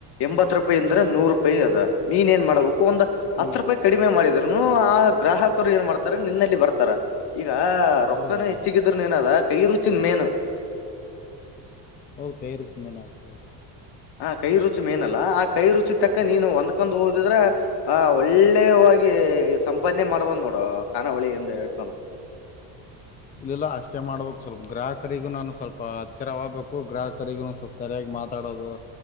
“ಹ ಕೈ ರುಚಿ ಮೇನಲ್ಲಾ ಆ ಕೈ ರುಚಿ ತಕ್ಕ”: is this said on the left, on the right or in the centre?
Left